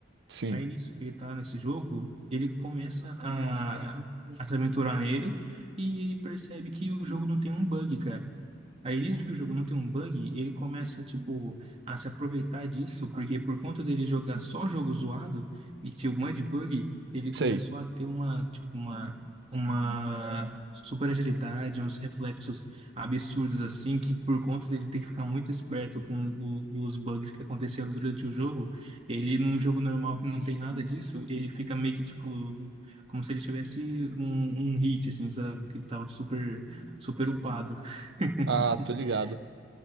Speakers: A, on the right; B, on the right.
A: sim.
B: Aí nisso que ele tá nesse jogo, ele começa a, a se aventurar nele e ele percebe que o jogo não tem um bug, cara. Aí nisso que o jogo não tem um bug, ele começa, tipo, a se aproveitar disso, porque por conta dele jogar só jogo zoado e tinha um monte de bug, ele
A: Sei.
B: começou a ter uma, tipo, uma, uma super agilidade, uns reflexos absurdos assim, que por conta dele ter que ficar muito esperto com o- os bugs que aconteciam durante o jogo, ele, num jogo normal que não tem nada disso, ele fica meio que, tipo, como se ele tivesse um, um hit, assim, sabe? Que ele tava super, super upado. <laughs>
A: Ah, tô ligado.